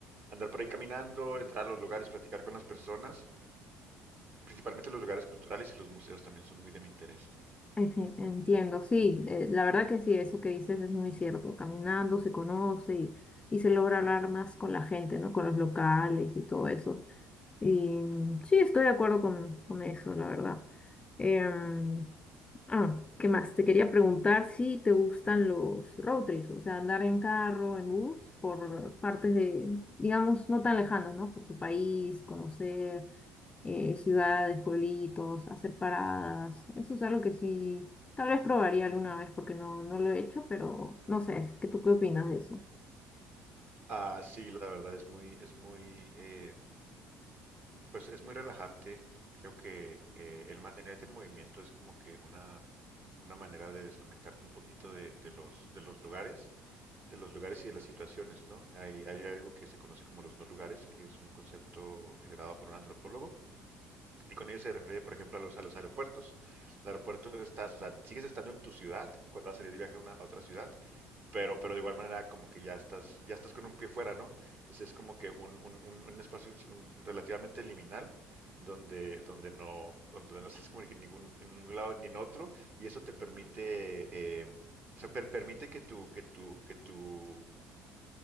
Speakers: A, on the right (about 40°); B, on the left (about 25°).
A: andar por ahí caminando, entrar a los lugares, platicar con las personas, principalmente los lugares culturales y los museos también son muy de mi interés.
B: eje- Entiendo, sí, eh, la verdad que sí, eso que dices es muy cierto. Caminando se conoce y, y se logra hablar más con la gente, ¿no? Con los locales y todo eso. Y mm, sí, estoy de acuerdo con, con eso, la verdad. Em, ah, ¿qué más? Te quería preguntar si te gustan los road trips, o sea, andar en carro, en bus, por partes de, digamos, no tan lejanas, ¿no? Por tu país, conocer. eh, ciudades, pueblitos, hacer paradas. Eso es algo que sí, tal vez probaría alguna vez porque no, no lo he hecho, pero no sé, ¿qué tú qué opinas de eso?
A: Ah, sí, la verdad es muy, es muy, eh, Pues es muy relajante. Creo que eh, el mantenerte en movimiento es como que una, una manera de desconectarte un poquito de, de los, de los lugares, de los lugares y de las situaciones, ¿no? Hay, hay algo que se conoce como los no lugares, que es un concepto generado por un antropólogo, y con ello se refiere, por ejemplo, a los, a los aeropuertos. El aeropuerto estás, o sea, sigues estando en tu ciudad cuando vas a salir de viaje a, una, a otra ciudad, pero, pero de igual manera como que ya estás, ya estás con un pie fuera, ¿no? Entonces es como que un, un, un- un espacio un- un relativamente liminal donde, donde no, donde no estás como que en ningún, en un lado ni en otro, y eso te permite, eh, o sea, per- permite que tu, que tu, que tu,